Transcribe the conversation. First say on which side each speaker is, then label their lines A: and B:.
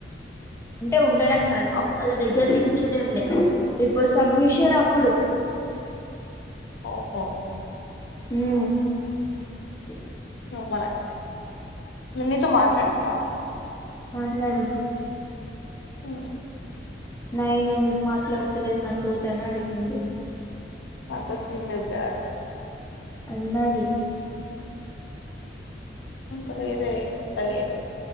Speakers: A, on the left (about 15°); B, on the left (about 80°).
A: అంటే ఉండడం కాదు
B: అ-
A: వాళ్ళ దగ్గర నుంచి చూడండి ఇప్పుడు సబ్మిషన్ అప్పుడు
B: ఓహో
A: మ్
B: నువలే నీతో మాట్లాడిందా?
A: మాట్లాడింది
B: ఉ
A: నయన ఎందుకు మాట్లాడతలేదు నా తోటని అడిగింది.
B: అంత సిలే లేగ్
A: అందది
B: ఉంచలేదే తలిదు